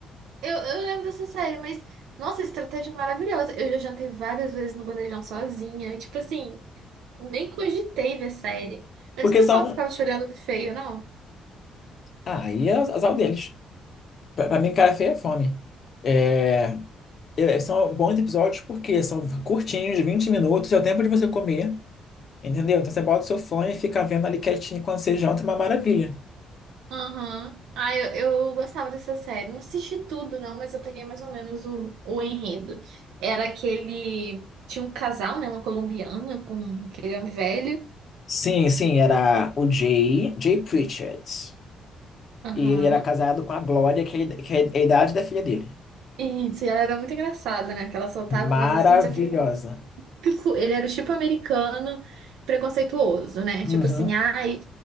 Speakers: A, on the right (about 90°); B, on the left (about 50°).
A: Eu, eu lembro dessa série, mas... Nossa, estratégia maravilhosa. Eu já jantei várias vezes no bandejão sozinha. e, Tipo assim, nem cogitei ver série. Mas
B: Porque
A: o pessoal
B: são.
A: não ficava te olhando feio, não?
B: Ah, e é azar deles. Pra, pra mim, cara feia é fome. É, é, são bons episódios porque são curtinhos, 20 minutos, é o tempo de você comer, entendeu? Então você bota o seu fone e fica vendo ali quietinho quando você janta, é uma maravilha.
A: Aham. Ah, eu, eu gostava dessa série. Não assisti tudo, não, mas eu peguei mais ou menos o, o enredo. Era aquele. Tinha um casal, né? Uma colombiana com aquele homem velho.
B: Sim, sim, era o Jay, Jay Pritchett.
A: Aham.
B: E ele era casado com a Glória, que é, a id- que é a idade da filha dele.
A: E se ela era muito engraçada, né? Que ela soltava
B: Maravilhosa.
A: umas assim, só que ele era o típico, ele era o tipo americano preconceituoso, né?
B: Uhum.
A: Tipo assim, ai,